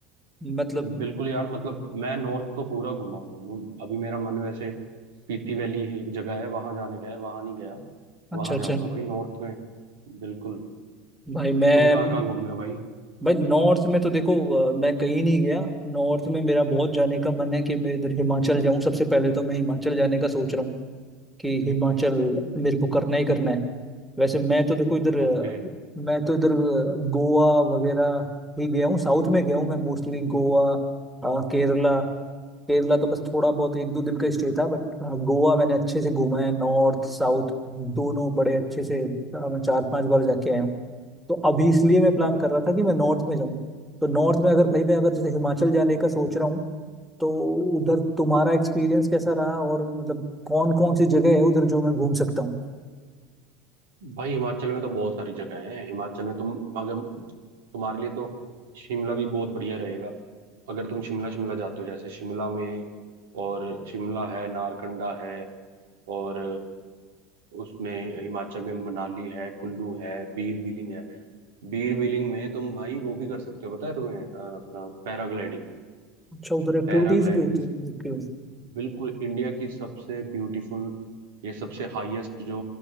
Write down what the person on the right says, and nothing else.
बिल्कुल यार मतलब मैं नॉर्थ तो पूरा घुमा हूँ मु- अभी मेरा मन वैसे पीती वैली है एक जगह है वहां जाने का है वहां नहीं गया
वहां
जाऊंगा भाई नॉर्थ में बिल्कुल
तुम कहाँ कहाँ घूमे हो भाई
ओके
भाई हिमाचल में तो बहुत सारी जगह हैं हिमाचल में तुम अगर तुम्हारे लिए तो शिमला भी बहुत बढ़िया रहेगा अगर तुम शिमला शिमला जाते हो जैसे शिमला में और शिमला है नारकंडा है और उसमें हिमाचल में मनाली है कुल्लू है बीर बिलिंग है बीर बिलिंग में तुम भाई वो भी कर सकते हो पता है तुम्हें अ, अपना पैराग्लाइडिंग
पैराग्लाइडिंग
बिल्कुल इंडिया की सबसे ब्यूटीफुल ये सबसे हाईएस्ट जो